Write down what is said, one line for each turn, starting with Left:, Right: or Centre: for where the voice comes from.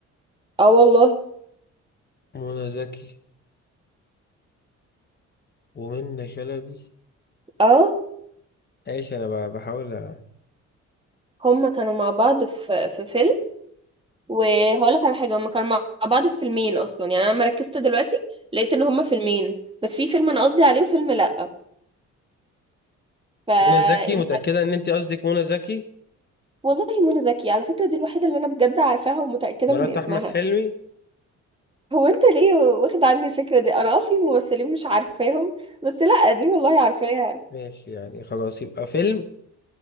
Right: اه والله
Left: منى زكي ومنى شلبي
Right: اه
Left: ايش انا بقى بحاول أ...
Right: هما كانوا مع بعض في في فيلم وهقول لك على حاجه هما كانوا مع بعض في فيلمين اصلا يعني انا لما ركزت دلوقتي لقيت ان هما فيلمين بس في فيلم انا قصدي عليه وفيلم لا فانت
Left: منى زكي متأكدة ان انت قصدك منى زكي
Right: والله منى زكي على فكره دي الوحيده اللي انا بجد عارفاها ومتاكده
Left: مرات
Right: من اسمها
Left: احمد حلمي
Right: هو انت ليه واخد عني الفكره دي انا اه في ممثلين مش عارفاهم بس لا دي والله عارفاها
Left: ماشي يعني خلاص يبقى فيلم